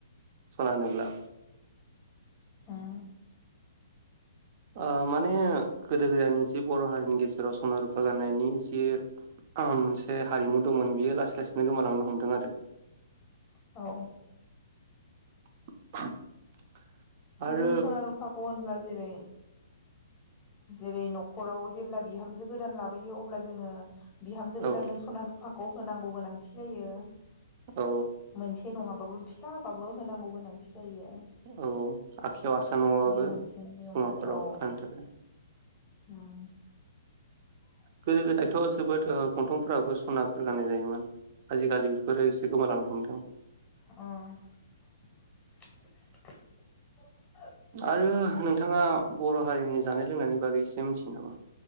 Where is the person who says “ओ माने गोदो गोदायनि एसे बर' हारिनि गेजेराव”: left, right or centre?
Right